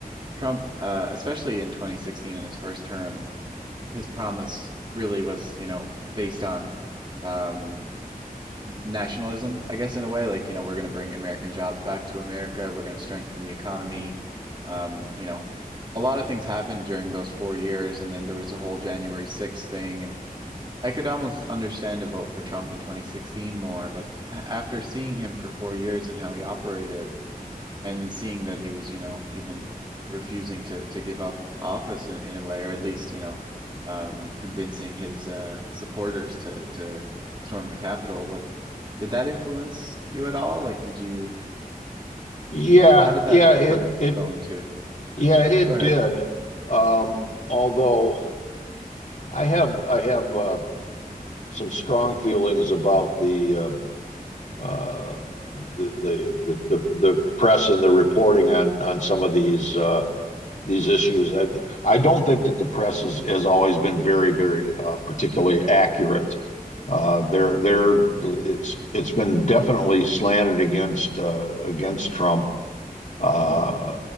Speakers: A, on the right; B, on the left.
A: Trump, uh, especially in 2016 in his first term, his promise really was, you know, based on, um, nationalism, I guess, in a way. Like, you know, we're going to bring American jobs back to America. We're going to strengthen the economy. Um, you know, a lot of things happened during those four years, and then there was the whole January 6th thing. And I could almost understand a vote for Trump in 2016 more, but a- after seeing him for four years and how he operated, and seeing that he was, you know, even refusing to to give up office in, in a way, or at least, you know, um, convincing his uh, supporters to to storm the Capitol. What did that influence you at all? Like, did you,
B: Yeah,
A: how did that
B: yeah, it
A: kind of
B: it
A: go into?
B: yeah
A: Yeah.
B: it
A: Go ahead.
B: did. Um, although I have I have uh, some strong feelings about the um, uh, the, the the the press and the reporting on on some of these uh, these issues. I, I don't think
A: Right.
B: that the press has, has always been very very uh, particularly accurate. Uh, they're
A: Yeah.
B: they're it's it's been definitely slanted against uh, against Trump uh,
A: Hmm.